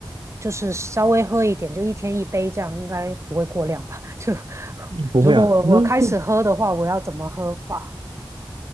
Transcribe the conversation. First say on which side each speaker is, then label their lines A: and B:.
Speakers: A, on the right; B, on the right.
A: 就是稍微喝一点，就一天一杯这样，应该不会过量吧？<laughs> 就
B: 不会啊，
A: 如果我我开始喝的话，
B: 那不
A: 我要怎么喝法？